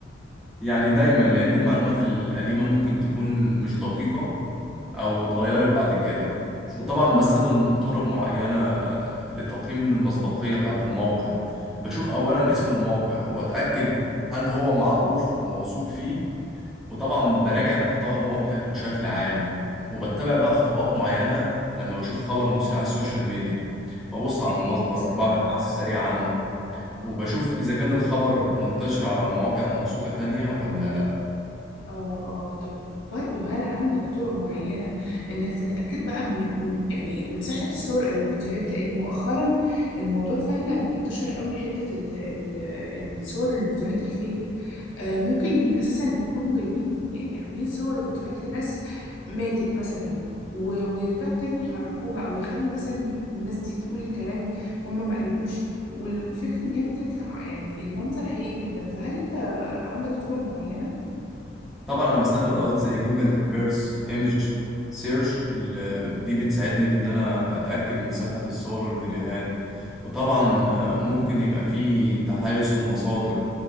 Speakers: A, in the centre; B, on the left.
A: يعني دايما لأن المعلومات القديمة ممكن تكون مش دقيقة أو اتغيرت بعد كده وطبعا بستخدم طرق معينة لتقييم المصداقية بتاعة الموقع بشوف أولا اسم الموقع وأتأكد هل هو معروف وموثوق فيه وطبعا براجع محتوى الموقع بشكل عام وبتبع
B: فعلا
A: بقى خطوات معينة لما بشوف خبر مثير على السوشيال ميديا ببص على
B: زي
A: المصدر
B: إيه مثلا؟
A: وبعمل بحث سريع عنه
B: آه
A: وبشوف إذا كان الخبر منتشر على مواقع موثوقة تانية ولا لأ
B: اه اه طب برضو هل عندك طرق معينة انك تتأكد بقى من من- يعني من صحة الصور او الفيديوهات لان مؤخرا الموضوع فعلا انتشر قوي حتة ال- ال- الصور والفيديوهات الفيك آه ممكن اساسا يكونوا جايبين يعني عاملين صور وفيديوهات لناس ماتت مثلا و- ويرجعوا تاني يحركوها او يخلوا مثلا الناس دي تقول كلام هم ما قالوهوش والفكرة ان هي بتطلع يعني المنظر حقيقي جدا فهل انت عندك طرق معينة؟
A: طبعا انا بستخدم ادوات زي جوجل ريفرس ايمج سيرش دي بتساعدني في ان انا اتاكد من صحه الصور والفيديوهات وطبعا آه، ممكن يبقى في تحيز في المصادر